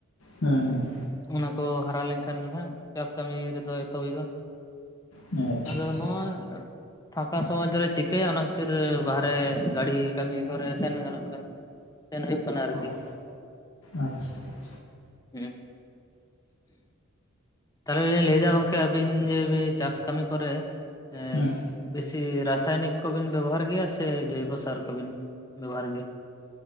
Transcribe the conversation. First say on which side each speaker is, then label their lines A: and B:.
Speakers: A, on the left; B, on the left.
A: ᱦᱮᱸ ᱦᱮᱸ᱾
B: ᱚᱱᱟ ᱠᱚ ᱦᱟᱨᱟ ᱞᱮᱱᱠᱷᱟᱱ ᱜᱮ ᱦᱟᱸᱜ ᱪᱟᱥ ᱠᱟᱢᱤ ᱨᱮᱫᱚ ᱮᱛᱚᱦᱚᱵ ᱦᱩᱭᱩᱜ-ᱟ᱾
A: ᱦᱮᱸ ᱟᱪᱪᱷᱟ
B: ᱟᱫᱚ
A: ᱟᱪᱪᱷᱟ
B: ᱱᱚᱣᱟ ᱮᱹᱵ ᱯᱷᱟᱸᱠᱟ ᱥᱚᱢᱚᱭ ᱫᱚᱨᱮ ᱪᱤᱠ ᱠᱮ ᱭᱟ ᱚᱱᱟ ᱠᱷᱟᱹᱛᱤᱨ ᱵᱟᱦᱨᱮ ᱜᱟᱲᱤ ᱠᱟᱢᱤ ᱠᱚᱨᱮ ᱥᱮᱱ ᱜᱟᱱᱚᱜ ᱠᱟᱱᱟ᱾ ᱥᱮᱱ ᱦᱩᱭᱩᱜ ᱠᱟᱱᱟ ᱟᱨ
A: ᱦᱳᱭ
B: ᱠᱤ᱾
A: ᱟᱪᱪᱷᱟ ᱟᱪᱪᱷᱟ
B: ᱦᱩᱸ᱾ ᱛᱟᱞᱦᱮ ᱞᱤᱧ ᱞᱟᱹᱭ ᱫᱟ ᱜᱚᱝᱠᱮ ᱟᱹᱵᱤᱱ ᱡᱮ ᱵᱮ ᱪᱟᱥ ᱠᱟᱹᱢᱤ ᱠᱚᱨᱮ ᱮᱸᱫ
A: ᱦᱮᱸ
B: ᱵᱮᱥᱤ ᱨᱟᱥᱟᱭᱱᱤᱠ ᱠᱚᱵᱤᱱ ᱵᱮᱵᱚᱦᱟᱨ ᱜᱮᱭᱟ, ᱥᱮ ᱡᱚᱭᱵᱚ ᱥᱟᱨ ᱠᱚᱵᱤᱱ ᱵᱮᱵᱚᱦᱟᱨ ᱜᱮᱭᱟ?